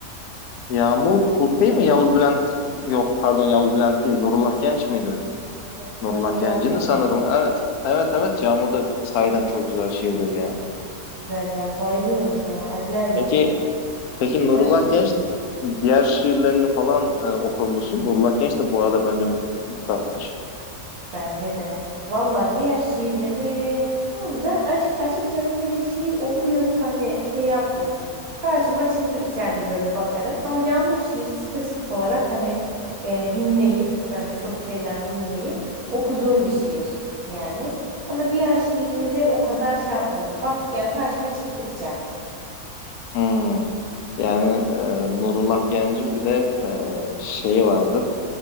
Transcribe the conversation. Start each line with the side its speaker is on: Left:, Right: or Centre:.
Left: Yağmur, bu şey mi? Yavuz Bülent, yok pardon Yavuz Bülent değil, Nurullah Genç miydi?
Right: Nurullah
Left: Nurullah Genç'indi sanırım, evet. Evet evet, Yağmur da sahiden çok güzel şiirdir ya.
Right: güzel ya. Bayılıyorum ya. Acayip.
Left: Peki, peki Nurullah
Right: <laughs>
Left: Genç diğer şiirlerini falan e, okur musun? Nurullah Genç de bu arada bence üstattır.
Right: Bence de. Valla diğer şiirleri yani ben aş- açıkçası böyle şiir okuyup hani şey yapmıyorum. Karşıma çıktıkça
Left: Hmm.
Right: hani böyle bakarım. Ama Yağmur şiiri spesifik olarak hani e, dinleyip yani birçok şeyden dinleyip okuduğum bir şiir yani. Ama diğer şiirleri o kadar şey yapmıyorum. Bak yani karşıma çıktıkça.
Left: Hmm. Yani e, Nurullah Genç'in bir de e, şeyi vardır.